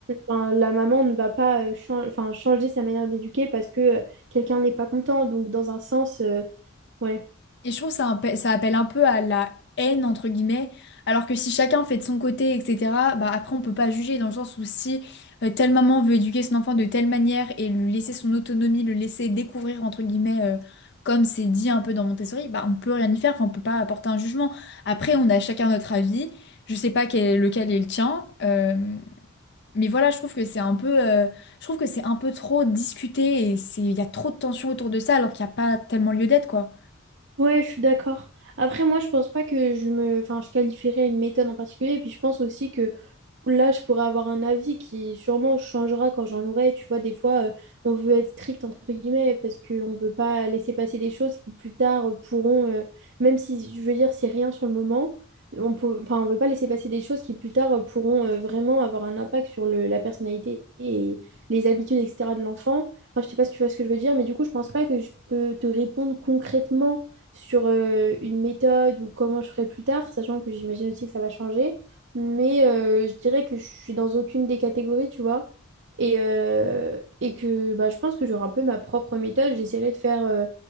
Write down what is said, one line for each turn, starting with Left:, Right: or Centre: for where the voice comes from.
Right: enfin, la maman ne va pas euh, chan- enfin, changer sa manière d'éduquer parce que euh, quelqu'un n'est pas content. Donc, dans un sens, euh, ouais.
Left: Et je trouve que ça, impa- ça appelle un peu à la haine, entre guillemets, alors que si chacun fait de son côté, etc., bah après on peut pas juger dans le sens où si euh, telle maman veut éduquer son enfant de telle manière et lui laisser son autonomie, le laisser découvrir, entre guillemets, euh, comme c'est dit un peu dans Montessori, bah on peut rien y faire, enfin on peut pas apporter un jugement. Après on a chacun notre avis, je sais pas quel, lequel est le tien, euh, mais voilà, je trouve que c'est un peu, euh, je trouve que c'est un peu trop discuté et c'est, il y a trop de tensions autour de ça alors qu'il n'y a pas tellement lieu d'être, quoi.
Right: Ouais, je suis d'accord. Après, moi, je pense pas que je me, enfin, je qualifierais une méthode en particulier. Et puis, je pense aussi que Là, je pourrais avoir un avis qui sûrement changera quand j'en aurai. Tu vois, des fois, euh, on veut être strict, entre guillemets, parce qu'on ne veut pas laisser passer des choses qui plus tard euh, pourront, euh, même si, je veux dire, c'est rien sur le moment, on peut, enfin, on veut pas laisser passer des choses qui plus tard euh, pourront euh, vraiment avoir un impact sur le, la personnalité et les habitudes, etc. de l'enfant. Enfin, je sais pas si tu vois ce que je veux dire, mais du coup, je pense pas que je peux te répondre concrètement sur euh, une méthode ou comment je ferai plus tard, sachant que j'imagine aussi que ça va changer mais euh, je dirais que je suis dans aucune des catégories, tu vois. Et, euh, et que bah, je pense que j'aurai un peu ma propre méthode. J'essaierai de faire euh,